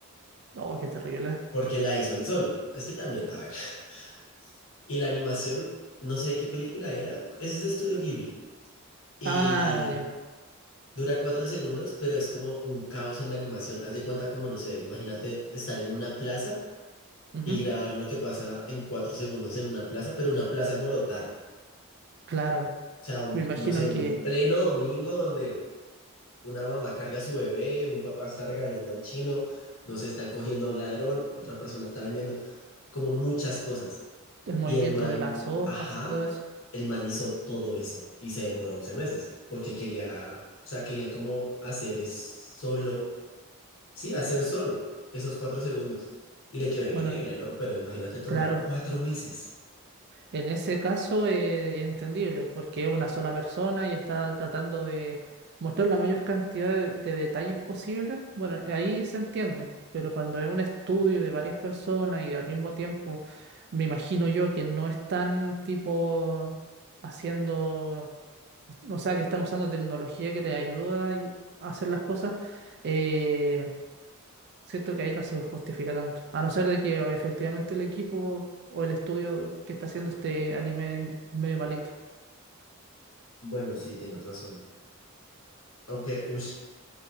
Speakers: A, on the right (about 50°); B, on the left (about 65°).
A: Oh, qué terrible.
B: porque la hizo él solo. Es que también, a ver. <laughs> Y la animación, no sé de qué película era, es de Estudio Ghibli. Y
A: Ah, ya.
B: Dura cuatro segundos, pero es como un caos en la animación. Haz de cuenta como, no sé, imagínate estar en una plaza
A: Ujú.
B: y grabar lo que pasa en cuatro segundos en una plaza, pero una plaza alborotada.
A: Claro.
B: O sea, un-
A: Me imagino
B: no sé, un
A: que
B: pleno domingo donde una mamá carga a su bebé, un papá está regañando al chino, no sé, están cogiendo a un ladrón, otra persona está vendiendo, como muchas cosas.
A: el movimiento
B: Y el man,
A: de las hojas
B: ajá,
A: y todo eso.
B: el man hizo todo eso y se demoró 11 meses porque quería, o sea, quería como hacer es solo Sí, hacer solo esos cuatro segundos. Y le quedó increíble,
A: Bueno,
B: ¿no? Pero imagínate tomar
A: claro.
B: cuatro meses.
A: En ese caso, eh, entendible, porque es una sola persona y está tratando de mostrar la mayor cantidad de, de detalles posible. Bueno, ahí se entiende, pero cuando es un estudio de varias personas y al mismo tiempo, me imagino yo que no están tipo haciendo, o sea, que están usando tecnología que les ayuda y- a hacer las cosas, eh, Siento que ahí no se justifica tanto. A no ser de que o, efectivamente el equipo o el estudio que está haciendo este anime es medio malito.
B: Bueno, sí, tienes razón. Aunque, uy,